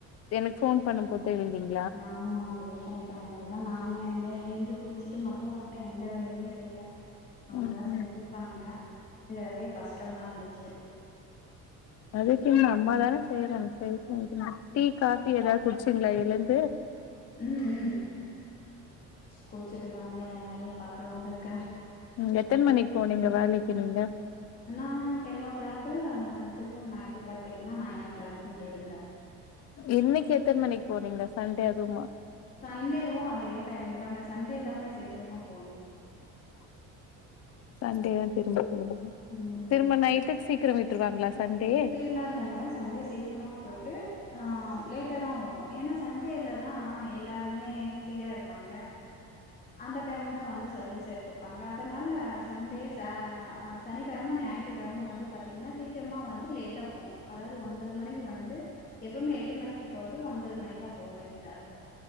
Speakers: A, on the left; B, on the left.
A: எனக்கு ஃபோன் பண்ணபோது தா எழுந்தீங்க
B: ஆமா உங்களுக்கு ஃபோன் பண்ணும்போது தா நானே எந்த எந்து குளிச்சிட்டு மட்டு வந்ட்ட எந்த வேலையுமே செய்ல அம்மதா
A: ம்
B: செஞ்சிருப்பாங்க ச அதே கஷ்டமா இருந்துச்சு
A: அதுக்கென்ன அம்மா தான செய்றாங்க செய்யட்டு விடுங்க டீ காபி எதாவது குடிச்சிங்ளா <inaudible> பேரம்
B: ம் ம் குடிச்சிட்டு தாங்க ஏ வேலைய பாக்க வந்திருக்க
A: நீங்க எத்தன மணிக்கு போனிங்க வேலைக்கு நீங்க
B: ஆனா டென் ஓ கிளாக்கு திருப்பி நைட்டு பாத்தீங்கன்னா நைன் ஓ கிளாக் முடிதுங்க
A: இன்னைக்கு எத்தன மணிக்கு போனிங்க சண்டே அதுமா
B: சண்டேவும் அதே டைம் தாங்க சண்டே தாங்க சீக்கிரமா போணும்
A: சண்டேதா திரும்ப போனும்
B: ம்
A: திரும்ப நைட்டுக்கு சீக்கிரம் விட்ருவாங்களா சண்டே
B: <unintelligible> சண்டே சீக்கிரமா போட்டு ஆ லேட்டா தான் வரும் ஏன்னா சண்டேல தான் எல்லாருமே ஃப்ரீயா இருப்பாங்க அந்த டைம் தான் வந்து சர்வீஸ் எடுத்துப்பாங்க அதனால சண்டே சா அ இது இல்லாம ஞாயிற்றுக்கிழம வந்து பாத்தீங்கன்னா சீக்கிரமா வந்து லேட்டா போனும் அதாவது ஒன்பது மணிக்கு வந்து எப்பவுமே எட்டு மணிக்கு போறது ஒன்பது மணிக்கா போ வேண்டியதா இருக்கும்